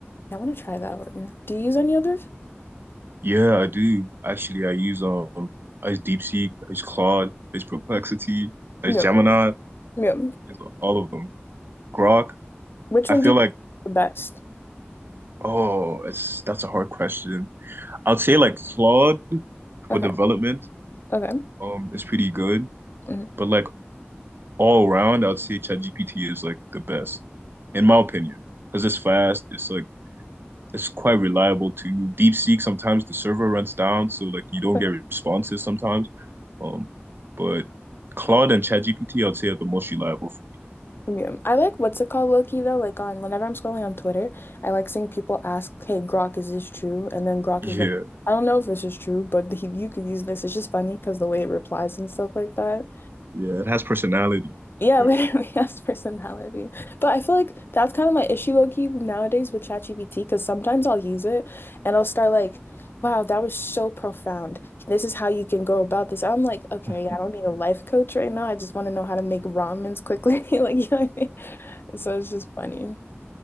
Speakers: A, on the left (about 60°); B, on the right (about 55°).
A: I want to try that one. Do you use any others?
B: Yeah, I do. Actually, I use um I use DeepSeek, I use Claude, I use Perplexity, I
A: Yeah.
B: use Gemini, I
A: Yeah.
B: use all of them. Grok.
A: Which
B: I
A: one
B: feel
A: do you think
B: like
A: is the best?
B: oh, it's that's a hard question. I'd say like Claude
A: Okay.
B: for development
A: Okay.
B: um is pretty good,
A: Mhm.
B: but like all around, I'd say ChatGPT is like the best in my opinion because it's fast. It's like it's quite reliable too. DeepSeek, sometimes the server runs down, so like you don't
A: Mhm.
B: get responses sometimes. Um, but Claude and ChatGPT, I'd say are the most reliable for me.
A: Yeah. I like what's it called, Loki, though. Like on whenever I'm scrolling on Twitter, I like seeing people ask, "Hey, Grok, is this true?" And then Grok
B: Yeah,
A: is like, "I don't know if this is true, but he, you could use this." It's just funny because the way it replies and stuff like that.
B: yeah, it has personality.
A: Yeah,
B: You
A: <laughs> literally has personality. But I feel like that's kind of my issue low key nowadays with ChatGPT because sometimes I'll use it and I'll start like, wow, that was so profound. This is how you can go about this. I'm like, okay,
B: know.
A: I don't need a life coach right now. I just want to know how to make ramens quickly. <laughs> Like, you know what I mean? So it's just funny.